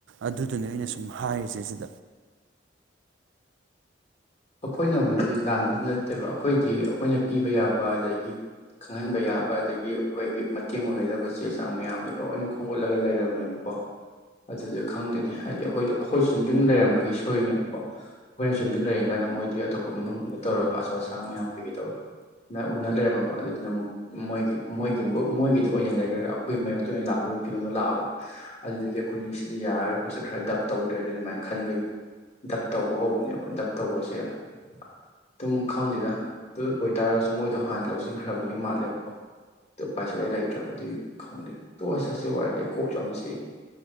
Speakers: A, on the right; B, on the left.
A: ꯑꯗꯨꯗꯨꯅꯦ ꯑꯩꯅ ꯁꯨꯝ ꯍꯥꯏꯔꯤꯁꯦ ꯁꯤꯗ
B: ꯑꯩꯈꯣꯏꯅꯕꯨꯗꯤ ꯂꯥꯟꯕꯕꯨꯗꯤ ꯅꯠꯇꯦꯕ ꯑꯩꯈꯣꯏꯗꯤ ꯑꯩꯈꯣꯏꯅ ꯄꯤꯕ ꯌꯥꯕ ꯑꯗꯒꯤ ꯈꯪꯍꯟꯕ ꯌꯥꯕ ꯑꯗꯒꯤ ꯑꯩꯈꯣꯏꯒꯤ ꯃꯇꯦꯡ ꯑꯣꯏꯒꯗꯕ ꯆꯦ ꯆꯥꯡ ꯃꯌꯥꯝꯗꯣ ꯂꯣꯏꯅ ꯈꯣꯝꯒꯠꯂꯒ ꯂꯩꯔꯕꯅꯦꯕꯀꯣ ꯑꯗꯨꯗ ꯈꯪꯗꯦꯅꯦ ꯍꯥꯏꯗꯤ ꯑꯩꯈꯣꯏꯗ ꯑꯩꯈꯣꯏ ꯆꯨꯝꯗꯤꯡ ꯂꯩꯔꯝꯕꯒꯤ ꯁꯣꯏꯅꯦꯕꯀꯣ ꯑꯩꯈꯣꯏꯅ ꯆꯨꯝꯗꯤꯡ ꯂꯩ ꯑꯗꯨꯃꯥꯏꯅ ꯃꯣꯏꯗꯤ ꯑꯇꯣꯞꯄ ꯃꯅꯨꯡ ꯑꯃꯗ ꯇꯧꯔꯒ ꯑꯆꯧ ꯑꯁꯥꯡ ꯃꯌꯥꯝ ꯀꯩꯀꯩ ꯇꯧꯔ ꯑꯗꯨꯃꯥꯏꯅ ꯎꯅ ꯂꯩꯔꯝꯃꯕ ꯑꯗꯨꯗꯨꯅ ꯃꯣꯏꯒꯤ ꯃꯣꯏꯒꯤ ꯃꯣꯏꯒꯤꯗ ꯑꯣꯏꯅ ꯂꯩꯈꯔꯒ ꯑꯩꯈꯣꯏꯒꯤ ꯃꯥꯏꯣꯛꯇ ꯑꯣꯏꯅ ꯂꯥꯛꯄꯒꯤ ꯐꯤꯕꯝ ꯑꯃ ꯂꯥꯛꯑꯕ ꯑꯗꯨꯗꯒꯤ ꯑꯩꯈꯣꯏꯒꯤ ꯁꯤꯗ ꯌꯥꯔꯔꯒ ꯑꯩꯈꯣꯏꯁꯨ ꯈꯔ ꯗꯞ ꯇꯧꯗ꯭ꯔꯗꯤ ꯑꯗꯨꯃꯥꯏꯅ ꯈꯟꯕꯒꯤ ꯗꯞ ꯇꯧꯕ ꯍꯧꯕꯅꯦꯕ ꯗꯞ ꯇꯧꯕꯁꯦ ꯑꯗꯨꯝ ꯈꯪꯗꯦꯗ ꯑꯗꯨ ꯑꯣꯏꯇꯥꯔꯒꯁꯨ ꯃꯣꯏꯗꯣ ꯍꯥꯟꯅ ꯂꯧꯁꯤꯟꯈ꯭ꯔꯕꯒꯤ ꯃꯥꯜꯂꯦꯕꯀꯣ ꯑꯗꯨꯣ ꯎ ꯄꯥꯏꯁꯨꯂꯥꯏ ꯂꯩꯇ꯭ꯔꯕ ꯑꯗꯨꯒꯤ ꯈꯪꯗꯦꯗ ꯇꯣꯛꯑꯁ ꯑꯁ ꯋꯥꯔꯤꯏꯁꯦ ꯑꯩ ꯀꯣꯛꯁꯨ ꯌꯥꯝ ꯆꯤꯛꯏꯦ